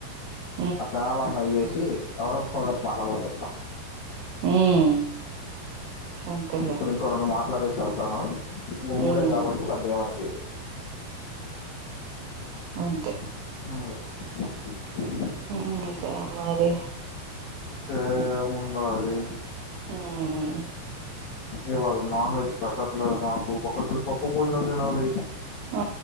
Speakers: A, on the right (about 85°); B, on the left (about 55°).
A: ఉమ్
B: ఆ తెనాలమ్మాయికి చేసి ఎవరోక ఫోన్ల నుంచి మాట్లాడమని చెప్తా
A: ఉమ్ అంతేలే
B: ఇప్పుడు ఇంకో రెండు మాట్లాడేసి ఎళ్తాను ఇంగ మూడే
A: ఉమ్,
B: కాబట్టి పెద్దేమనిపియదు
A: ఓకే
B: అవు
A: ఉమ్ ఇంక మరి
B: ఏం ఉందొ అది
A: ఉమ్
B: ఇవాళ నాన్ వెజ్ పెట్టాట్లే మాకు ఒక పప్పు భోజనం తినాలి
A: హు